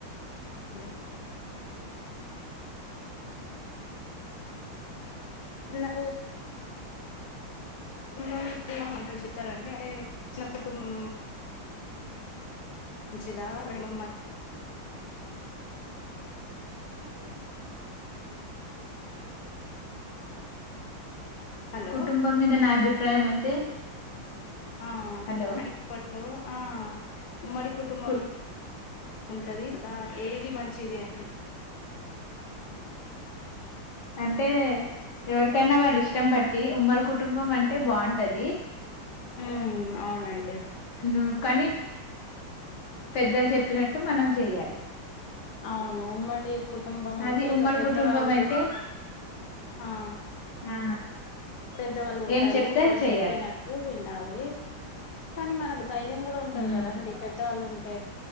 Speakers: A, on the left; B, on the left.
A: ఉన్నాయి నాకు కుటుంబం అంటే ఏంటో చెప్తారండి. అంటే చిన్న కుటుంబం మంచిదా వాడి <unintelligible>
B: <unintelligible>
A: హలో
B: కుటుంబం మీద నా అభిప్రాయం అయితే
A: ఆ
B: హలో
A: అడిప్పట్లో ఆ ఉమ్మడి కుటుంబం
B: కు
A: ఉంటది ఏది మంచిది అండి
B: అంటే ఎవరికైనా వాళ్ళ ఇష్టం పట్టి ఉమ్మడి కుటుంబం అంటే బాగుంటది.
A: ఉ అవునండి
B: ను- కానీ పెద్దలు చెప్పినట్టు మనం చెయాలి
A: అవును ఉమ్మడి కుటుంబం ఉంటే
B: అది
A: ఇక
B: ఉమ్మడి
A: పెద్దవాళ్ళు
B: కుటుంబం అయితే
A: ఆ
B: ఆ
A: పెద్దవాళ్ళు ఉంటారు.
B: ఏం చెప్తే
A: వాళ్ళు
B: అది చెయ్యాలి
A: చెప్పినట్టు వినాలి కానీ మనకు ధైర్యం కూడా ఉంటది
B: ఉమ్,
A: కదా అండి పెద్దవాళ్ళు ఉంటే